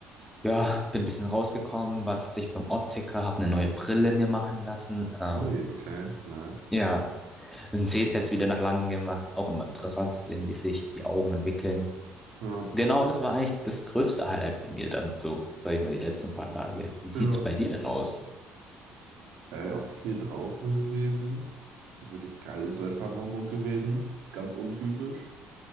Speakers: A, in the centre; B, on the right.
A: Ja, bin ein bisschen rausgekommen, war tatsächlich beim Optiker, habe eine neue Brille mir machen lassen. Ähm,
B: Ui, okay, nice.
A: ja, einen Sehtest wieder nach langem gemacht. Auch immer interessant zu sehen, wie sich die Augen entwickeln.
B: Ja,
A: Genau, das war eigentlich das größte Highlight bei mir dann so, sag ich mal, die letzten paar Tage. Wie sieht's
B: ja.
A: bei dir denn aus?
B: Äh, auch viel draußen gewesen. Natürlich geiles Wetter in Hamburg gewesen. Ganz untypisch.